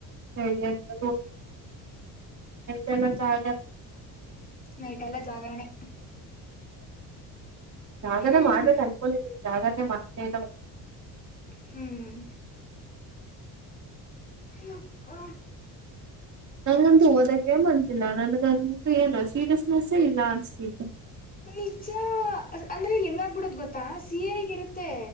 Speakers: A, on the right; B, on the left.
A: ಹೇಗೆ ಎಂತ ದಲ್ಲ ಜಾಗ. <inaudible>
B: ನೈಟ್ ಎಲ್ಲ ಜಾಗರಣೆ.
A: ಜಾಗರಣೆ
B: ಹ್ಮ್
A: ಮಾಡ್ಬೇಕ ಅನ್ಕೊಂಡಿದ್ದೀ ಜಾಗರಣೆ ಮಾಡ್ತಲ್ಲ. <inaudible>
B: ಹ್ಮ್ ಯಪ್ಪ
A: ನಂಗಗಂತೂ ಓದಕ್ಕೆ ಮನ್ಸಿಲ್ಲ ನನ್ಗಂತೂ ಏನ್ ಸೀರಿಯಸ್ನೆಸ್ಸೇ ಇಲ್ಲ ಅನ್ಸ್ತಿು
B: ನಿಜ ಅಂದ್ರೆ ಹೆಂಗಾಗಬಿಡದ್ ಗೊತ್ತಾ ಸಿಹಾಗಿ ಇರುತ್ತೆ